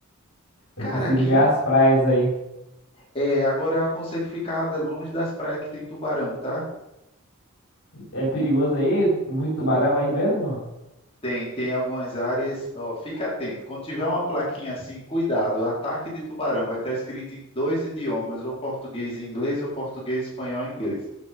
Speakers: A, on the left; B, on the left.
A: Eu
B: Cara,
A: preciso
B: aqui
A: ver as praias aí.
B: é, agora eu aconselho ficar da- longe das praias que tem tubarão, tá?
A: É perigoso aí? Muito tubarão aí mesmo?
B: Tem, tem algumas áreas, ó, fica atento. Quando tiver uma plaquinha assim, cuidado, ataque de tubarão, vai estar escrito em dois idiomas, ou português e inglês, ou português, espanhol e inglês.